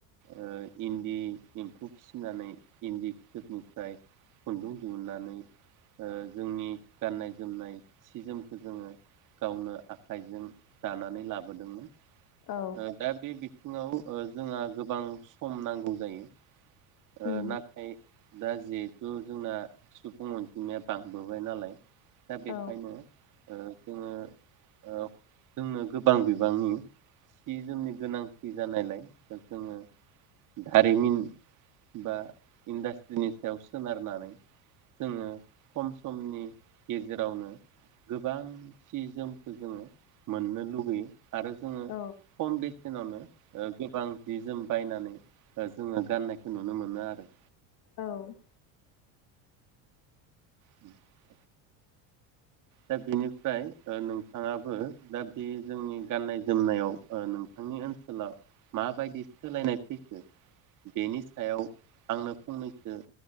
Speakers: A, on the right; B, on the left.
A: ओ इन्दि एम्फौ फिसिनानै इन्दि फिथोबनि जाय खुन्दुं दिहुननानै ओ जोंनि गाननाय जोमनाय सि जोमखौ जोङो गावनो आखाइजों दानानै लाबोदोंमोन।
B: औ
A: ओ दा बे बि थिङाव ओ जोंहा गोबां सम नांगौ जायो। ओ
B: उम
A: नाथाय दा जिहेथु जोंना सुबुं अनजिमाया बांबोबाय नालाय। दा बेखायनो
B: औ
A: ओ जोङो ओ जोंनो गोबां बिबांनि सि जोमनि गोनांथि जानायलाय जोङो दारिमिन बा इन्डास्ट टिनि सायाव सोनारनानै जोङो खम समनि गेजेरावनो गोबां सि जोमखो जोङो मोननो लुगैयो आरो जोङो
B: औ
A: खम बेसेनावनो ओ गोबां जि जोम बायनानै ओ जोङो गाननायखौ नुनो मोनो आरो
B: औ।
A: उ <inaudible> दा बेनिफ्राय ओ नोंथाङाबो दा बे जोंनि गाननाय जोमनायाव ओ नोंथांनि ओनसोलाव माबायदि सोलायनाय फैखो बेनि सायाव आंनो फंनैसो